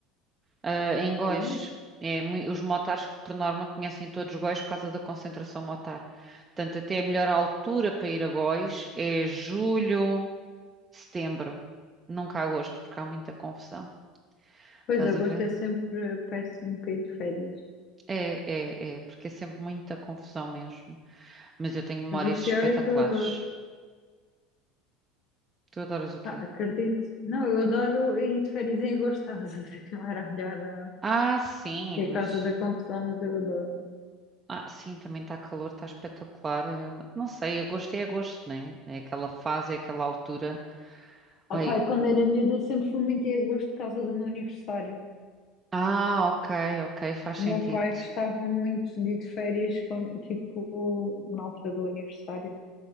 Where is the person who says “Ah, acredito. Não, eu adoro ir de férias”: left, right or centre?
Left